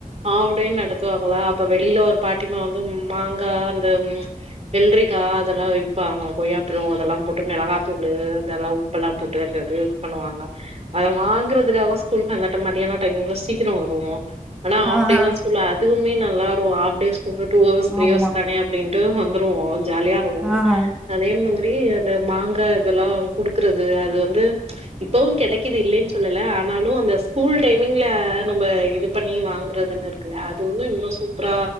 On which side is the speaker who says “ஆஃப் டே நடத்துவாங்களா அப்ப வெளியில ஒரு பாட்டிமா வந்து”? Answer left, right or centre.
Right